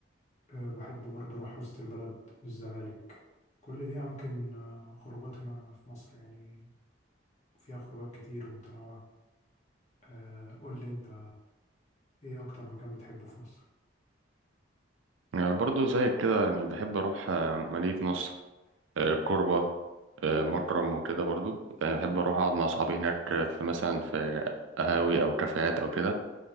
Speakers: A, on the left; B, on the right.
A: أه بحب برضه اروح وسط البلد الزمالك كل دي اماكن آه، خروجات هنا في مصر يعني فيها خروجات كتير ومتنوعة أه قول لي انت ايه اكتر مكان بتحبه في مصر
B: يعني برضو زيك كده يعني بحب اروح آه، مدينة نصر آه، كوربة آه، مكرم وكده برضو يعني بحب اروح اقعد مع اصحابي هناك آه، في مثلا في قهاوي او كافيهات او كده